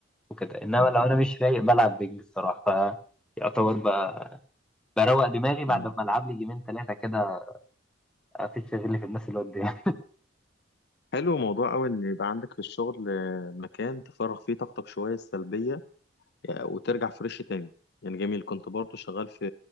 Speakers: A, in the centre; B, on the left.
A: وكده انما
B: م-
A: لو
B: <laughs>
A: انا مش رايق بلعب بينج الصراحه فيعتبر ب- بروق دماغي بعد
B: مم.
A: ما العب لي جيمين ثلاثه كده افيد شغلي في الناس اللي قدامي
B: حلو موضوع أوي إن يبقى عندك في الشغل آه، مكان تفرغ فيه طاقتك شوية السلبية آه، وترجع فريش تاني يعني جميل كنت برضه شغال في